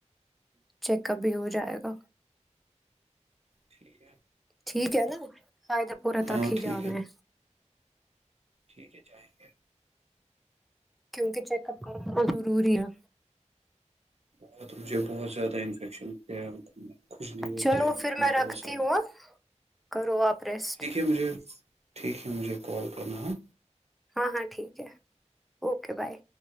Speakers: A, in the centre; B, on the right (about 60°).
A: چیک اپ بھی ہو جائے گا
B: ٹھیک ہے
A: ٹھیک ہے نا آد پور
B: ہاں
A: تک ہی
B: ٹھیک
A: جانا ہے
B: ٹھیک ہے جینگے گے
A: کیونکہ چیک اپ کرنا ضروری ہے
B: وہ تو مجھے بہت زیادہ انفیکشن ہو گیا ہے کھجلی ہوتی
A: چلو
B: ہے ان
A: پھر
B: کو میں بہت
A: رکھتی
B: سارا
A: ہوں کرو آپ ریسٹ
B: ٹھیک ہے مجھے ٹھیک ہے مجھے کال کرنا ہے
A: ہاں ہاں ٹھیک ہے اوکے بائے